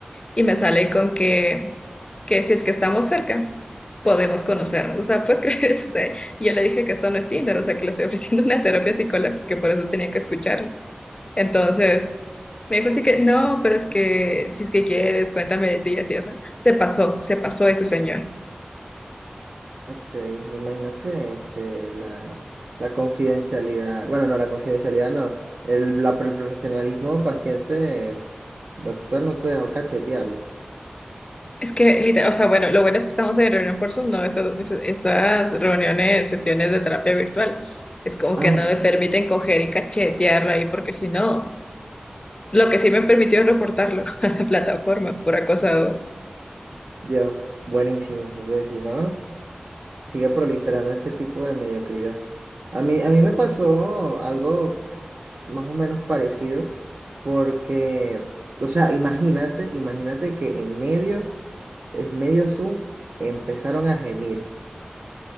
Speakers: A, on the left (about 30°); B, on the right (about 50°).
A: Y me sale con que, que si es que estamos cerca, podemos conocernos. O sea, puedes creer eso. <laughs> O sea, yo le dije que esto no es Tinder, o sea, que le estoy ofreciendo una terapia psicológica, que por eso tenía que escuchar. Entonces, me dijo así que, no, pero es que, si es que quieres, cuéntame de ti y así, o sea, se pasó, se pasó ese señor.
B: Ok, me imagino que, que la, la confidencialidad, bueno, no, la confidencialidad no, el, la- el profesionalismo paciente, doctor, no te dejó cachetearlo.
A: Es que, literal, o sea, bueno, lo bueno es que estamos en reunión por Zoom, ¿no? Estas, es- estas reuniones, sesiones de terapia virtual, es como
B: Ah,
A: que no me permiten coger y cachetearlo ahí, porque si no, lo que sí me permitió es reportarlo <laughs> a la plataforma por acosado.
B: Dios, buenísimo, porque si no, sigue proliferando ese tipo de mediocridad. A mí, a mí me pasó algo más o menos parecido, porque, o sea, imagínate, imagínate que en medio, es medio Zoom, empezaron a gemir.